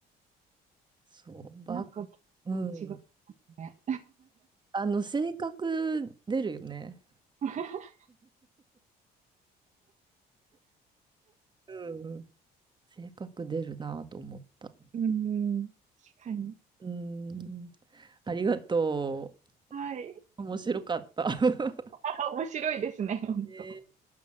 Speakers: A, on the right; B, on the right.
A: そう、ば、
B: なんか結構違う
A: うん。
B: ね。
A: あの、性格出るよね。
B: <laughs>
A: うん性格出るなと思った。
B: うん確かに。
A: うん。ありがと
B: はい。
A: う。面白かった。<laughs>
B: あ面白いですね、本当。
A: ね